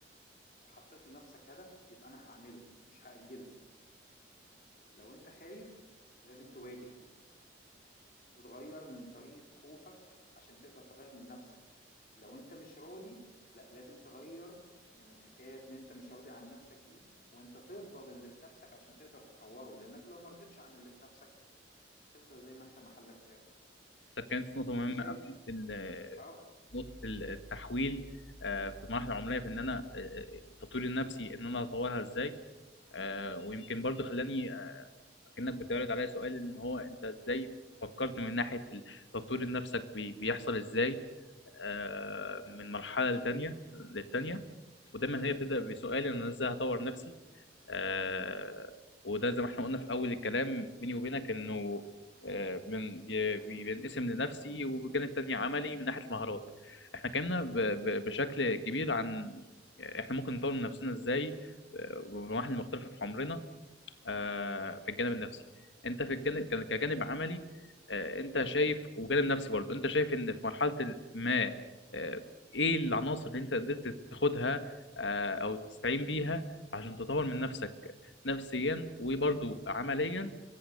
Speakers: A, on the left; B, on the left.
A: حطيت لنفسك هدف يبقى أنا هعمله مش هأجله لو أنت خايف لازم تواجه وتغير من طريقة خوفك عشان تقدر تغير من نفسك لو أنت مش راضي لا لازم تغير من الحكاية إن أنت مش راضي عن نفسك دي وأنت ترضى باللي في نفسك عشان تقدر تطوره لأنك لو مرضتش عن اللي في نفسك هتفضل زي ما أنت محلك سر
B: ده كانت نقطه مهمه
A: أنت شايف؟
B: قوي في ال-
A: أه
B: نقطه التحويل آه، في المراحل العمريه في ان انا آه، آه، تطويري النفسي ان انا اطورها ازاي آه، ويمكن برضو خلاني آه، كأنك بتعرض عليا سؤال ان هو انت ازاي فكرت من ناحية ال- تطوير نفسك بي- بيحصل ازاي آه، من مرحلة لتانية للتانية ودايما هي بتبدأ بسؤال ان انا ازاي هطور نفسي آه، وده زي ما احنا قلنا في اول الكلام بيني وبينك انه آه، بن- بي- بي- بينقسم لنفسي وبالجانب التاني عملي من ناحية المهارات احنا اتكلمنا ب- ب- بشكل كبير عن آه، احنا ممكن نطور من نفسنا ازاي آه، ومراحل مختلفة في عمرنا آه، في الجانب النفسي انت في الجانب ك- كجانب عملي آه، انت شايف وجانب نفسي برضه انت شايف ان في مرحلة ما آه، ايه العناصر اللي انت قدرت تاخدها آه، او تستعين بيها عشان تطور من نفسك نفسيا وبرضه عمليا